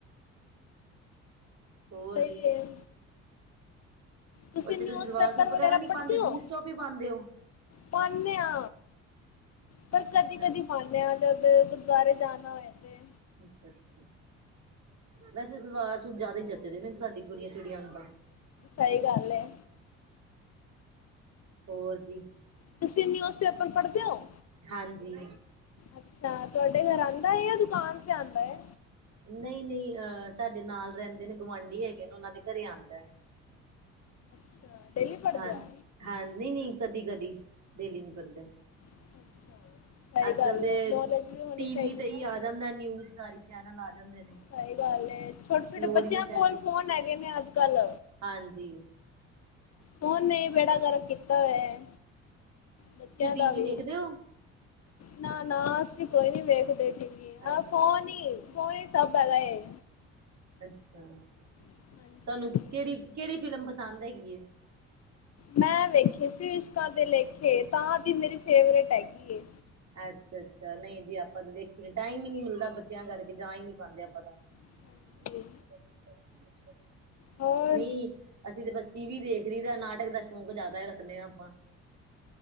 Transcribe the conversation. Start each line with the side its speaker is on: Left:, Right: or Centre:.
Right: ਹੋਰ
Left: ਸਹੀ
Right: ਜੀ।
Left: ਏ ਤੁਸੀਂ
Right: ਅੱਛਾ
Left: ਨਿਊਜ
Right: ਸਲਵਾਰ
Left: ਪੇਪਰ
Right: ਸੂਟ
Left: ਵਗੈਰਾ
Right: ਨਹੀਂ
Left: ਪੜ੍ਹਦੇ
Right: ਪਾਉਂਦੇ
Left: ਹੋ
Right: ਜੀਨਸ ਟੋਪ ਹੀ ਪਾਉਂਦੇ ਹੋ
Left: ਪੜਦੇ ਆ। ਪਰ ਕਦੀ
Right: ਅੱਛਾ
Left: ਕਦੀ ਪਾਨੇ ਜਦ ਗੁਰਦੁਆਰੇ ਜਾਣਾ ਹੋਏ ਤੇ।
Right: ਅੱਛਾ ਅੱਛਾ, ਵੈਸੇ ਸਲਵਾਰ ਸੂਟ ਜਿਆਦਾ ਹੀ ਜੱਚਦੇ ਨੇ ਸਾਡੀ ਕੁੜੀਆਂ ਚਿੜੀਆਂ ਨੂੰ ਤਾਂ
Left: ਸਹੀ ਗੱਲ ਏ।
Right: ਹੋਰ ਜੀ।
Left: ਤੁਸੀਂ ਨਿਊਜ਼ ਪੇਪਰ ਪੜ੍ਹਦੇ ਹੋ।
Right: ਹਾਂਜੀ।
Left: ਅੱਛਾ ਤੁਹਾਡੇ ਘਰ ਆਂਦਾ ਹੈ ਜਾਂ ਦੁਕਾਨ ਤੇ ਆਂਦਾ ਹੈ।
Right: ਨਹੀਂ ਨਹੀਂ ਅਹ ਸਾਡੇ ਨਾਲ ਰਹਿੰਦੇ ਨੇ ਗੁਆਂਢੀ ਹੈਗੇ ਨੇ ਉਹਨਾਂ ਦੇ ਘਰੇ ਆਂਦੇ।
Left: ਅੱਛਾ ਡੇਲੀ ਪੜਦੇ
Right: ਹਾਂਜੀ
Left: ਹੋ।
Right: ਹਾਂ ਨਹੀਂ ਨਹੀਂ ਕਦੀ ਕਦੀ ਡੇਲੀ ਨਹੀਂ ਪੜ੍ਹਦਾ।
Left: ਅੱਛਾ ਸਹੀ
Right: ਅੱਜ
Left: ਗੱਲ
Right: ਕਲ ਤੇ
Left: ਹੈ ਨੌਲੇਜ ਹੋਣੀ
Right: ਟੀ
Left: ਚਾਹੀਦੀ
Right: ਵੀ ਤੇ
Left: ਨਾ
Right: ਹੀ ਆ ਜਾਂਦਾ ਨਿਊਜ ਸਾਰੀ ਚੈਨਲ ਆ ਜਾਂਦੇ ਨੇ।
Left: ਸਹੀ ਗੱਲ ਏ ਛੋਟੇ ਛੋਟੇ
Right: ਲੋੜ
Left: ਬੱਚਿਆਂ
Right: ਹੀ ਨਹੀਂ ਪੈਂਦੀ
Left: ਕੋਲ ਫੋਨ ਹੈਗੇ ਨੇ ਅੱਜ ਕੱਲ।
Right: ਹਾਂਜੀ।
Left: ਫੋਨ ਬੇੜਾ ਗਰਕ ਕੀਤਾ ਹੋਇਆ
Right: ਤੁਸੀਂ
Left: ਬੱਚਿਆਂ
Right: ਟੀ
Left: ਦਾ ਵੀ।
Right: ਦੇਖਦੇ ਹੋ
Left: ਨਾ ਨਾ ਅਸੀ ਕੋਈ ਨੀ ਵੇਖਦੇ ਟੀਵੀ
Right: ਅੱਛਾ-ਅੱਛਾ,
Left: ਫੋਨ ਹੀ
Right: ਅੱਛਾ
Left: ਫੋਨ ਹੀ ਸਭ ਹੈਗਾ ਇਹ।
Right: ਅੱਛਾ ਤੁਹਾਨੂੰ
Left: ਹਾਂਜੀ
Right: ਕਿਹੜੀ-ਕਿਹੜੀ ਫਿਲਮ ਪਸੰਦ ਹੈਗੀ ਹੈ।
Left: ਮੈਂ ਵੇਖੇ ਸੀ। ਇਸ਼ਕਾਂ ਦੇ ਲੇਖੇ' ਤਾਂ ਦੀ ਮੇਰੀ ਫੇਵਰੇਟ ਹੈਗੀ ਆ
Right: ਅੱਛਾ-ਅੱਛਾ ਨਹੀਂ ਜੀ ਆਪਾਂ ਤਾਂ ਦੇਖੀ ਟਾਈਮ ਹੀ ਨੀ ਮਿਲਦਾ ਬੱਚਿਆਂ ਕਰਕੇ ਜਾ ਹੀ ਨੀ ਪ ਆਪਾਂ ਤਾਂ
Left: ਹਾਂਜੀ
Right: <inaudible>
Left: ਹੋਰ
Right: ਨੀ ਅਸੀਂ ਤੇ ਬਸ ਟੀ ਵੀ ਦੇਖ ਰਹੀ ਤਾਂ ਨਾਟਕ ਦਾ ਸ਼ੌਕ ਜ਼ਿਆਦਾ ਹੀ ਰੱਖਦੇ ਹਾਂ ਆਪਾਂ